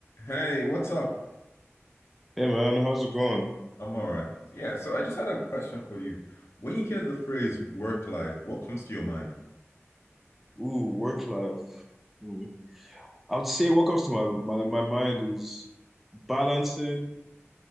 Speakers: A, on the left; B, in the centre.
A: Hey, what's up?
B: Hey man, how's it going?
A: I'm all right. Yeah, so I just had a question for you. When you hear the phrase work life, what comes to your mind?
B: Ooh, work life. Hmm. I would say what comes to my, my my mind is balancing